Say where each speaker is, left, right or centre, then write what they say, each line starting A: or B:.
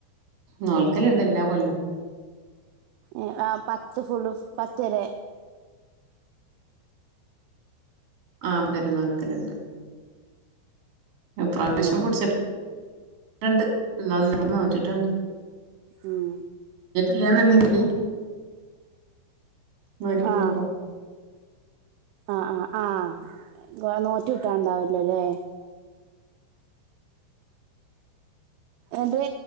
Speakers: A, on the right; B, on the right.
A: നോൽക്കലണ്ട് എല്ലാ കൊല്ലം
B: ഏ ആ പത്ത് ഫുള് പത്തരെ
A: ആ ഇബ്ടൊരു നോൽക്കലുണ്ട് ഇപ്രാവശ്യം
B: ഏ
A: പുടിച്ചി ട്ടുണ്ട് ഇന്നോന്നാള് നോറ്റിട്ടുണ്ട്
B: ഉം
A: ല്ലാന്നെണ്ടങ്കില് നൊയറ്റ്
B: ആ
A: വീർത്തോ
B: ആ ആ ആ നോറ്റി വീട്ടാണ്ടാവലോല്ലേ എടി